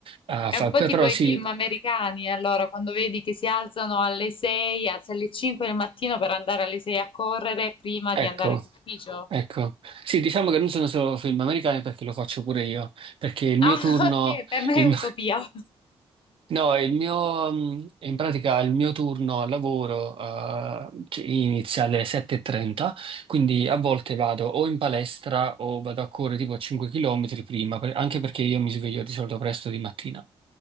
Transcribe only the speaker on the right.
a
fare.
Però
sì,
ecco,
ecco. Sì, diciamo che non sono solo film americani perché lo faccio pure io, perché il mio
turno,
il
No, il mio, mh, in pratica il mio turno al lavoro eh, ci- inizia alle 7.30, quindi a volte vado o in palestra o vado a correre tipo 5 km prima, per- anche perché io mi sveglio di solito presto di mattina.